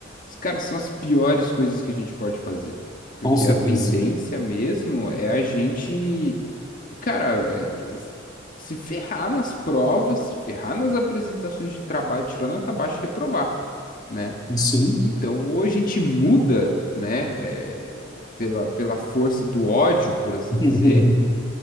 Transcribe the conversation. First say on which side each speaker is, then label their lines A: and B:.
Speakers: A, on the left; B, on the left.
A: os caras são as piores coisas que a gente pode fazer. Porque
B: com certeza.
A: a tendência mesmo é a gente, cara, é, se ferrar nas provas, se ferrar nas apresentações de trabalho, tirando nota baixa e reprovar. né?
B: Sim.
A: Então, ou a gente muda, né, eh, pela, pela força do ódio, por assim
B: <laughs>
A: dizer,